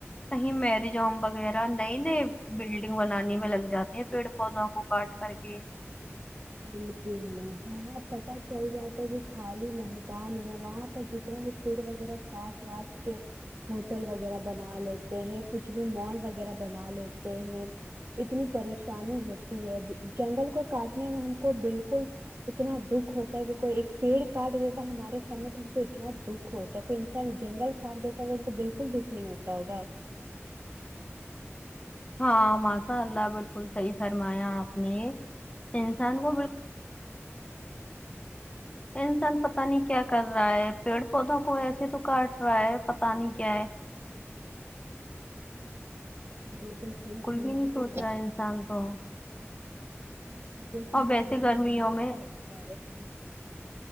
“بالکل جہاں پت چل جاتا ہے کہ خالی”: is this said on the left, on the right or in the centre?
Right